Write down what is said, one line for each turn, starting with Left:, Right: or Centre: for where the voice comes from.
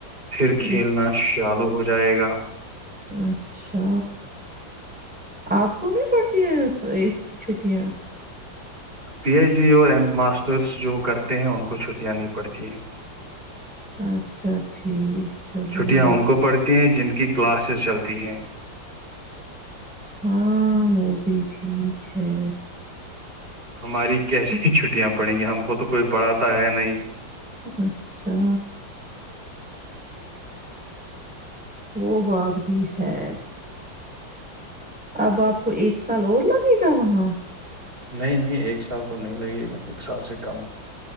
Right: پھر
Centre: ہم،
Right: کھیلنا چالو ہو جائے گا
Centre: اچھا آپ کو نہیں پڑتی ہیں ایت کی چھٹیاں
Right: پی ایچ ڈی اور ایم ماسٹرس جو کرتے ہیں ان کو چھٹیاں نہیں پڑتی ہیں
Centre: اچھا ٹھیک چلو
Right: چھٹیاں
Centre: یہ
Right: ان کو پڑتی ہیں جن کی کلاسز چلتی ہیں
Centre: ہاں وہ بھی ٹھیک ہے
Right: ہماری کیسی
Centre: چلو
Right: بھی چھٹیاں پڑیں گی ہم کو تو کوئی پڑھاتا ہے نہیں
Centre: اچھا وہ بات بھی ہے اب آپ کو ایک سال اور لگے گا وہاں
Right: نہیں نہیں ایک سال تو نہیں لگے گا ایک سال سے کم